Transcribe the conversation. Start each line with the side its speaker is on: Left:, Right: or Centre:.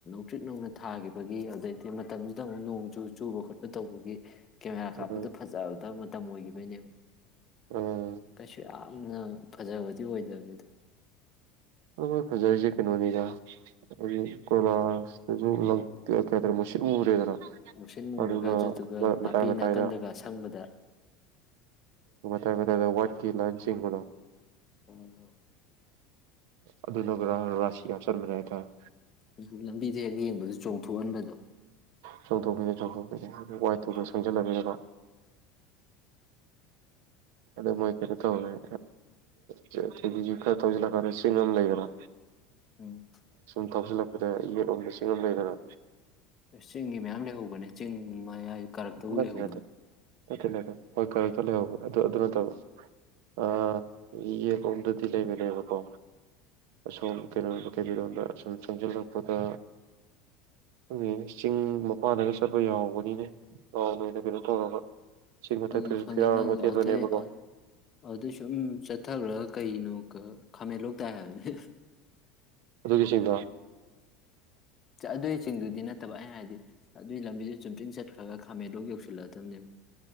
Left: ꯇ꯭ꯔꯤꯛ ꯂꯪꯅ ꯊꯥꯈꯤꯕꯒꯤ ꯑꯗꯩꯗꯤ ꯃꯇꯝꯗꯨꯗ ꯑꯃꯨꯛ ꯅꯣꯡꯁꯨ ꯆꯨꯕ ꯈꯣꯠꯄ ꯇꯧꯕꯒꯤ ꯀꯦꯃꯦꯔꯥ
Right: ꯎꯝ
Left: ꯀꯥꯞꯄꯗꯨ ꯐꯖꯕ ꯃꯇꯝ ꯑꯣꯏꯈꯤꯕꯩꯅꯦꯕ
Right: ꯎꯝ
Left: ꯀꯩꯁꯨ ꯌꯥꯝ ꯌꯥꯝꯅ ꯐꯖꯕꯗꯤ ꯑꯣꯏꯗꯕꯅꯤꯗ
Right: ꯃꯣꯏꯖꯦ ꯐꯖꯔꯤꯁꯦ ꯀꯩꯅꯣꯅꯤꯗ ꯍꯥꯏꯗꯤ ꯀꯣꯏꯂꯥꯁꯇꯁꯨ ꯂꯩ ꯃꯨꯁꯤꯟ ꯃꯨꯨꯔꯦꯗꯅ
Left: ꯃꯨꯁꯤꯟ ꯃꯨꯔꯒ
Right: ꯑꯗꯨꯒ
Left: ꯑꯗꯨꯗꯨꯒ ꯅꯥꯄꯤ
Right: ꯃꯇꯥꯏ ꯃꯇꯥꯏꯗ
Left: ꯅꯥꯀꯟꯗꯒ ꯑꯁꯪꯕꯗ
Right: ꯀꯦꯃꯦꯔꯥꯗ ꯋꯥꯏꯠꯀꯤ ꯂꯥꯏꯟ ꯆꯤꯡꯕꯗꯣ
Left: ꯎꯝ
Right: ꯑꯗꯨꯅꯒ ꯔ ꯔꯥꯁꯤ ꯍꯥꯞꯆꯟꯕꯅꯦ ꯍꯥꯏ ꯇꯥꯔꯦ
Left: ꯑꯗꯨ ꯂꯝꯕꯤꯗꯣ ꯍꯦꯛ ꯌꯦꯡꯕꯗ ꯆꯣꯡꯊꯣꯛꯍꯟꯕꯗꯣ
Right: ꯆꯣꯡꯊꯣꯛꯄꯅꯦ ꯆꯣꯡꯊꯣꯛ ꯑꯗꯨ ꯋꯥꯏꯇꯨꯒ
Left: ꯆꯣꯡꯊꯣꯛ
Right: ꯁꯪꯖꯜꯂꯕꯅꯤꯅꯀꯣ ꯑꯗꯨ ꯃꯣꯏ ꯀꯩꯅꯣ ꯇꯧꯕꯩ <inaudible> ꯀꯩꯕꯤꯁꯦ ꯈꯔ ꯊꯧꯖꯜꯂ ꯀꯥꯟꯗ ꯆꯤꯡ ꯑꯃ ꯂꯩꯗꯅ
Left: ꯎꯝ
Right: ꯁꯨꯝ ꯊꯧꯖꯜꯂꯛ ꯑꯗ ꯌꯦꯠꯂꯣꯝ ꯆꯤꯡ ꯑꯃ ꯂꯩꯗꯅ
Left: ꯑꯦ ꯆꯤꯡꯗꯤ ꯃꯌꯥꯝ ꯂꯩꯍꯧꯕꯅꯦ ꯆꯤꯡ ꯃꯌꯥꯏ ꯀꯥꯔꯛꯇꯕꯨ
Right: ꯅꯠꯇꯦ
Left: ꯂꯩꯍꯧꯕꯅꯦ
Right: ꯅꯠꯇꯦ ꯅꯠꯇꯦ ꯅꯠꯇꯦ ꯍꯣꯏ ꯀꯔꯛꯇ ꯂꯩꯍꯧꯋꯦ ꯑꯗꯨ ꯑꯗꯨ ꯅꯠꯇꯕ ꯑꯥ ꯌꯦꯠꯂꯣꯝꯗꯗꯤ ꯂꯩꯕꯅꯦꯕꯀꯣ ꯑꯁꯣꯝ ꯀꯩꯅꯣꯝ ꯀꯩꯕꯤꯔꯣꯝꯗ ꯁꯨꯝ ꯆꯪꯖꯜꯂꯛꯄꯗ ꯈꯪꯗꯦꯅꯦ ꯆꯤꯡ ꯃꯄꯥꯟꯗꯒ ꯆꯠꯄ ꯌꯥꯎꯕꯅꯤꯅꯦ ꯔꯥꯎꯟ ꯑꯣꯏꯅ ꯀꯩꯅꯣ ꯇꯧꯔꯒ ꯆꯤꯡ ꯃꯊꯛꯇꯁꯨ
Left: ꯈꯪꯉꯦ ꯈꯪꯉꯦ
Right: ꯐꯤꯔꯥꯜ
Left: ꯅꯪ
Right: ꯑꯃ
Left: ꯑ
Right: ꯊꯦꯠꯄꯅꯦꯕꯀꯣ
Left: ꯑꯗꯩ ꯑꯗꯩ ꯁꯨꯝ ꯆꯠꯊꯈ꯭ꯔꯒ ꯀꯩꯅꯣ ꯈꯃꯦꯜꯂꯣꯛ ꯇꯥꯏ ꯍꯥꯏꯕꯅꯤ
Right: ꯗꯨꯒꯤ ꯆꯤꯡꯗꯣ
Left: ꯑꯗꯨꯏ ꯆꯤꯡꯗꯨꯗꯤ ꯅꯠꯇꯕ ꯑꯩ ꯍꯥꯏꯗꯤ ꯑꯗꯨꯒꯤ ꯂꯝꯕꯤꯗꯨ ꯆꯨꯝꯇ꯭ꯔꯤꯡ ꯆꯠꯈ꯭ꯔꯒ ꯈꯥꯃꯦꯟꯂꯣꯛ ꯌꯧꯁꯤꯜꯂꯛꯑꯗꯕꯅꯦꯕ